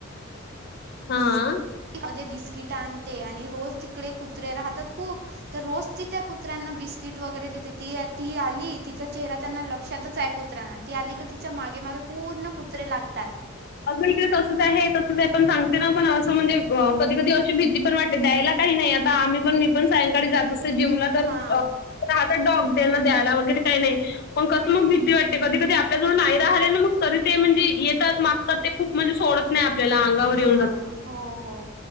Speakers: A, on the left; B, on the right.
A: हां.
B: म बिस्किट आणते आणि रोज तिकडे कुत्रे राहतात खूप तर रोज ती त्या कुत्र्यांना बिस्किट वगैरे देते ती ती आली तिचा चेहरा त्यांना लक्षातच आहे कुत त्राना ती आली क तिच्या मागे मागे पूर्ण कुत्रे लागतात.
A: अगं इकडे तसंच आहे तसंच आहे पण सांगते ना पण असं म्हणजे अ कधी कधी अशी भीती पण वाटते द्यायला काही नाही आता आम्ही पण मी पण सायंकाळी जात असते जिमला तर
B: हां
A: अ राहतात डॉग त्यांना द्यायला वगैरे काही नाही पण कसं मग भीती वाटते कधी-कधी आपल्या जवळ नाही राहिले ना मग तरी ते म्हणजे येतात मा तर ते खूप म्हणजे सोडत नाही आपल्याला अंगावर
B: हां
A: येऊन जात.
B: हो हो